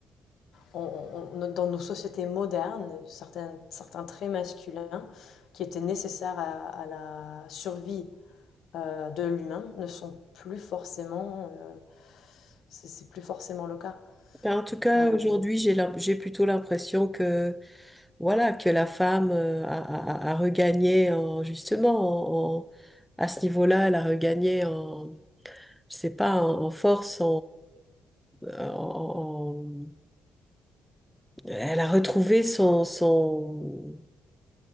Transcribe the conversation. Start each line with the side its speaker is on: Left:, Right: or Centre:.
Left: on- on- dans nos sociétés modernes, certains, certains traits masculins qui étaient nécessaires à, à la survie euh, de l'humain ne sont plus forcément euh, c'est c'est plus forcément le cas.
Centre: Ben, en tout cas,
Left: Euh,
Centre: aujourd'hui, j'ai l'im- j'ai plutôt l'impression que, voilà, que la femme euh, a, a, a a regagné en, justement, en, en- à ce niveau-là, elle a regagné en, je sais pas, en, en force, en- en- Elle a retrouvé son, son...